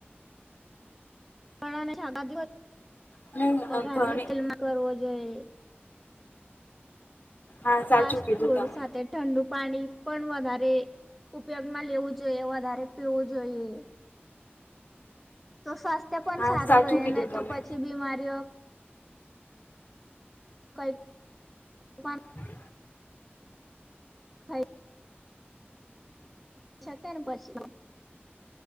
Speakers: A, in the centre; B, on the left.
A: પણળ અને શાકાભાજી
B: અને
A: વઘારે
B: ઘણી
A: તેલમાં કરવો જોઈએ
B: હા સાચું
A: પાસ
B: કીધું
A: ફુડ
B: તમે
A: સાથે ઠંડુ પાણી પણ વધારે ઉપયોગ માં લેવું જોઈએ વધારે પીવું જોઈએ. તો સ્વાસ્થ્ય પણ
B: હા
A: સારું
B: સાચું
A: રહે
B: કીધું
A: ને તો
B: તમે
A: પછી બીમારીઓ. કઈ. પણ
B: હમ
A: થઈ શક ને પછી